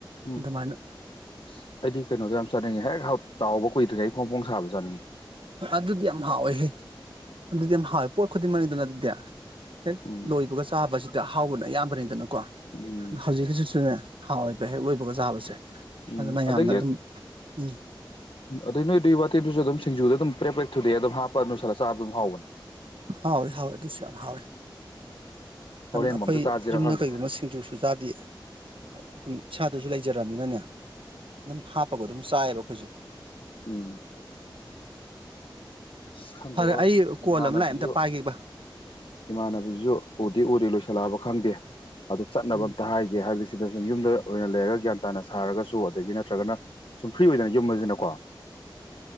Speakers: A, on the left; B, on the right.
A: ꯎꯝ
B: ꯑꯗꯨꯃꯥꯏꯅ
A: ꯑ ꯑꯩꯗꯤ ꯀꯩꯅꯣꯗꯣ ꯌꯥꯝ ꯆꯥꯅꯤꯡꯉꯦ ꯍꯦꯛ ꯇꯥꯎꯕ ꯀꯨꯏꯗ꯭ꯔꯤꯉꯩ ꯐꯣꯡ ꯐꯣꯡ ꯁꯥꯕꯗꯣ ꯆꯥꯅꯤꯡ ꯏ
B: ꯑꯗꯨꯗꯤ ꯌꯥꯝ ꯍꯥꯎꯋꯦꯍꯦ ꯑꯗꯨꯗꯤ ꯌꯥꯝ ꯍꯥꯎꯋꯦ ꯄꯣꯠ ꯈꯨꯗꯤꯡꯃꯛꯅꯤꯗꯅ ꯑꯗꯨꯗꯤ ꯍꯦꯛ
A: ꯎꯝ
B: ꯂꯣꯏꯕꯒ ꯆꯥꯕꯁꯤ ꯑꯍꯥꯎꯕꯅ ꯑꯌꯥꯝꯕꯅꯤꯗꯅ ꯀꯣ
A: ꯎꯝ
B: ꯍꯧꯖꯤꯛꯀꯤꯖꯤꯁꯨꯅꯦ ꯍꯥꯎꯏ ꯕꯍꯦꯛꯂꯣꯏꯕꯒ ꯆꯥꯕꯁꯦ
A: ꯎꯝ
B: ꯑꯗꯨꯅ ꯌꯥꯝꯅ
A: ꯑꯗꯒꯤ
B: ꯑꯗꯨꯝ ꯎꯝ
A: ꯑꯗꯩ ꯅꯣꯏ ꯑꯗꯨꯏ ꯋꯥꯇꯩꯗꯨꯁꯨ ꯑꯗꯨꯝ ꯁꯤꯡꯖꯨꯗ ꯑꯗꯨꯝ ꯄ꯭ꯔꯦ ꯄ꯭ꯂꯦꯛ ꯊꯨꯗꯦꯛ ꯑꯗꯨꯝ ꯍꯥꯞꯄ ꯑꯗꯨ ꯅꯣꯏꯁꯠꯂ ꯆꯥꯕ ꯑꯗꯨꯝ ꯍꯧꯕꯅꯤ
B: ꯍꯥꯎꯏ ꯍꯥꯎꯏ ꯑꯗꯨꯁꯨ ꯌꯥꯝ ꯍꯥꯎꯏ
A: ꯍꯣꯔꯦꯟ
B: ꯑꯩꯈꯣꯏ
A: ꯑꯝꯇ ꯆꯥꯁꯤꯔꯥ
B: ꯌꯨꯝꯗ
A: ꯈꯪꯗꯦ
B: ꯀꯩꯒꯨꯝꯕꯁꯤꯡꯁꯨ ꯆꯨꯖꯥꯗꯦ ꯑꯗꯨꯝ ꯏꯁꯥꯗꯨꯁꯨ ꯂꯩꯖꯔꯕꯝꯃꯤꯅꯅꯦ ꯑꯗꯨꯝ ꯍꯥꯞꯄꯒ ꯑꯗꯨꯝ ꯆꯥꯏꯑꯕ ꯑꯩꯈꯣꯏꯁꯨ <inaudible>
A: ꯎꯝ ꯑꯁ ꯈꯪꯗꯦ
B: ꯐꯔꯦ
A: ꯋꯥꯏ
B: ꯑꯩ ꯀꯣꯜ
A: ꯏꯃꯥꯟꯅꯕꯁꯨ
B: ꯑꯃ ꯂꯥꯛꯑꯦ ꯑꯝꯇ ꯄꯥꯏꯒꯦꯕ
A: ꯏꯃꯥꯟꯅꯕꯁꯨ ꯎꯗꯤ ꯎꯔꯤ ꯂꯣꯏꯁꯤꯜꯂꯛꯑꯕ ꯈꯪꯗꯦ ꯑꯗꯨ ꯆꯠꯅꯕ
B: ꯎꯝ
A: ꯑꯝꯇ ꯍꯥꯏꯒꯦ ꯍꯥꯏ ꯁꯤꯗ ꯁꯨꯝ ꯌꯨꯝꯗ ꯑꯣꯏꯅ ꯂꯩꯔꯒ ꯒ꯭ꯌꯥꯟ ꯇꯥꯅ ꯁꯥꯔꯒꯁꯨ ꯑꯗꯒꯤ ꯅꯠꯇ꯭ꯔꯒꯅ ꯁꯨꯝ ꯐ꯭ꯔꯤ ꯑꯣꯏꯗꯅ ꯌꯨꯝꯕꯁꯤꯅꯀꯣ